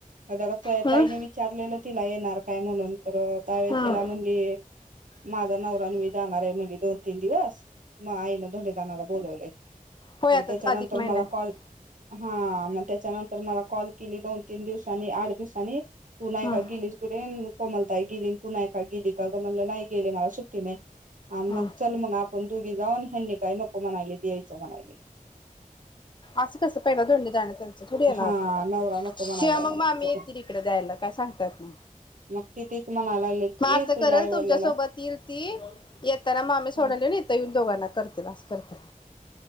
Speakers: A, on the right; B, on the left.
A: मग असं
B: हम्म
A: ताईने विचारलेलं तिला येणार काय म्हणून तर त्यावेळेस
B: हम्म
A: तिला म्हणजे माझा नवरान मी जाणार आहे. म्हणली दोन तीन दिवस म गआईने धोंडे दानाला बोलावलंय.
B: होय
A: आणि
B: आता
A: त्याच्यानंतर
B: अधिक महिना
A: मला
B: आहे
A: कॉल हा मग त्याच्यानंतर मला कॉल केली दोन तीन दिवसांनी आठ दिवसांनी. तू नाही
B: हम्म
A: का गेलीस कुठे कोमल? ताई काय गेली तू नाहीय काय गेली काग म्हणला नाही गेली माला सुट्टी नाही. आणि
B: हम्म
A: मग चल मग आपण दुघी जाऊन हनी काय नको म्हणायली यायचं म्हणायली.
B: असं कसं पहिला दधोंडी जाणं त्यांच थोडी येणार
A: हा नवरा नको म्हणायलाय
B: किंवा मग
A: म्हणे
B: मामी
A: तिच्याकडे
B: येतील तकडे द्यायला काय सांगतायात ना
A: मग ती तीच म्हणायला लागलेत
B: मग
A: की
B: असं
A: तुझ्या
B: करेल
A: आई वडिलाला
B: तुमच्या सोबत येईल ती येताना मामी सोडाली
A: हा
B: इथं येऊन दोघांना करतील असं करतील.